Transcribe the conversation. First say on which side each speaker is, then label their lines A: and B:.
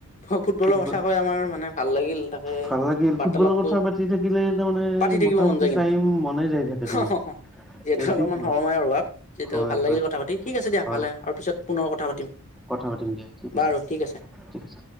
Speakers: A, on the left; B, in the centre.
A: ফু-ফুটবলৰ
B: ফুটবল
A: কথা কৈ আমাৰ মানে ভাল লাগিল তাকে
B: ভাল লাগিল
A: বাৰ্তালাপটো।
B: ফুটবলৰ কথা পাতি থাকিলে তাৰমানে
A: পাতি থাকিব
B: মোটামুটি
A: মন যায় কিন্তু।
B: টাইম মনে যাই থাকে
A: হ
B: তোমাৰ
A: হ হ। যিহেতু
B: এইটোৱেতো
A: অলপমান সময়ৰ অভাৱ। কিন্তু
B: হয়
A: ভাল লাগিল
B: হয়
A: কথা পাতি। ঠিক আছে দিয়া
B: হয়
A: ভালে আৰু পিছত পুনৰ কথা পাতিম।
B: কথা পাতিম দিয়া ঠিক
A: বাৰু ঠিক আছে।
B: ঠিক আছে